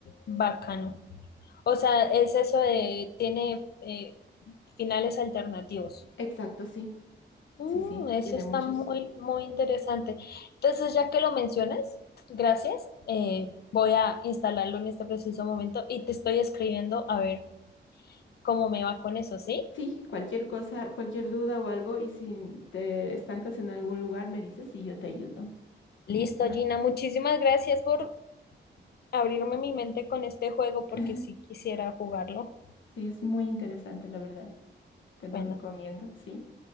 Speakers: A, on the left; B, on the left.
A: bacano. O sea, es eso de, tiene eh, finales alternativos.
B: Exacto, sí.
A: Mm,
B: Sí, sí,
A: eso
B: tiene
A: está
B: muchos.
A: muy, muy interesante. Entonces, ya que lo mencionas, gracias. eh, voy a instalarlo en este preciso momento y te estoy escribiendo a ver cómo me va con eso, ¿sí?
B: Sí, cualquier cosa, cualquier duda o algo, y si te estancas en algún lugar, me dices y yo te ayudo.
A: Listo,
B: Ajá.
A: Gina. Muchísimas gracias por abrirme mi mente con este juego porque
B: <laughs>
A: sí quisiera jugarlo.
B: Sí, es muy interesante, la verdad. Te lo
A: Bueno,
B: recomiendo, sí.